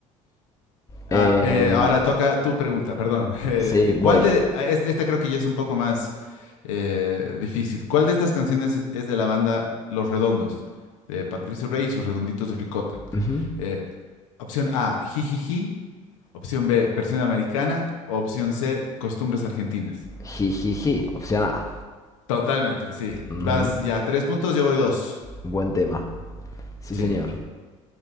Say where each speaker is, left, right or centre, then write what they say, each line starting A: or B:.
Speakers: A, on the left; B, on the left.
A: Ah,
B: Em,
A: eh, ahora toca tu pregunta, perdón. <laughs> Eh,
B: sí, voy.
A: ¿cuál de, ah, este, este creo que ya es un poco más eh, difícil. ¿Cuál de estas canciones es de la banda Los Redondos, de Patricio Rey y sus Redonditos de Ricota?
B: Ujú.
A: Eh, opción A, Jijiji. Opción B, Persiana Americana. Opción C, Costumbres Argentinas.
B: Jijiji, opción A.
A: Totalmente, sí. Vas
B: Ujú.
A: ya tres puntos, yo voy dos.
B: Buen tema. Sí,
A: Sí.
B: señor.